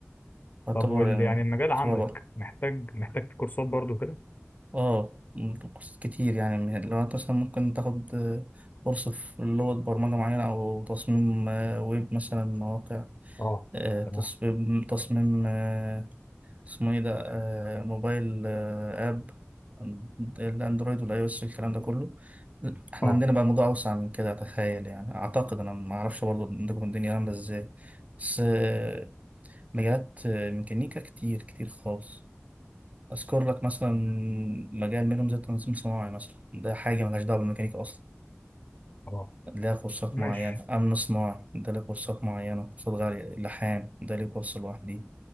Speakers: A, on the right; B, on the left.
A: يعتبر
B: طب وال
A: يعني
B: يعني المجال
A: شبه
B: عندك
A: برضو
B: محتاج محتاج في كورسات برضو كده
A: اه كورسات كتير يعني من لو انت مثلا ممكن تاخد آه، كورس في لغة برمجة معينة أو تصميم آه، ويب مثلا مواقع
B: اه
A: آه، تصميم
B: تمام
A: تصميم آه، اسمه ايه ده آه، موبايل آه، اب الاندرويد والاي او اس والكلام ده كله احنا
B: اه
A: عندنا بقى موضوع اوسع من كده اتخيل يعني اعتقد انا ما اعرفش برضه عندكم الدنيا عامله ازاي بس آه، مجالات آه، ميكانيكا كتير كتير خالص اذكر لك مثلا مجال منهم زي التنظيم صناعي مثلا ده حاجه ملهاش دعوه بالميكانيكا اصلا
B: اه
A: ليها كورسات
B: ماشي
A: معينة أمن صناعي ده ليه كورسات معينة كورسات غالية لحام ده ليه كورس لوحده